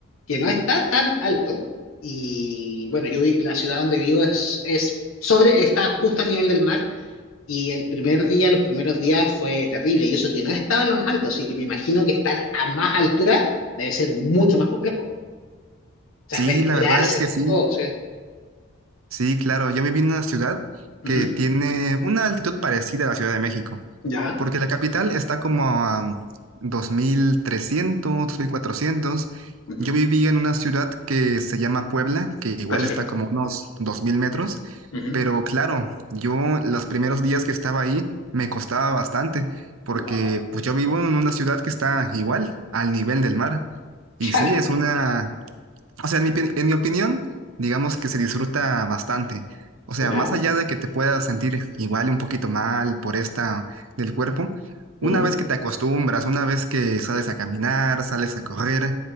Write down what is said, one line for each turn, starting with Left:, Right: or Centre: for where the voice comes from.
Left: que no está tan alto, y bueno, yo vi- la ciudad donde vivo es, es sobre, está justo a nivel del mar, Y el primer día, los primeros días fue terrible, y eso que no estaba en lo más alto, así que me imagino que estar a más altura debe ser mucho más complejo. O sea,
Right: sí,
Left: respirar,
Right: la verdad
Left: sentir
Right: es que sí,
Left: todo, sí.
Right: sí, claro, yo viví en una ciudad
Left: Ujú,
Right: que tiene una altitud parecida a la Ciudad de México.
Left: Ya,
Right: Porque la capital está como a mm, 2.300, 2.400.
Left: ujú,
Right: Yo vivía en una ciudad que se llama Puebla, que igual
Left: perfecto.
Right: está como unos 2.000 metros,
Left: ujú.
Right: pero claro, yo los primeros días que estaba ahí me costaba bastante, porque
Left: Wow,
Right: pues yo vivo en una ciudad que está igual al nivel del mar. Y
Left: claro,
Right: sí, es una o sea, en mi, pi- en mi opinión, digamos que se disfruta bastante. O sea,
Left: mira,
Right: más allá de que te puedas sentir igual un poquito mal por esta del cuerpo, una
Left: ujú,
Right: vez que te acostumbras, una vez que sales a caminar, sales a correr,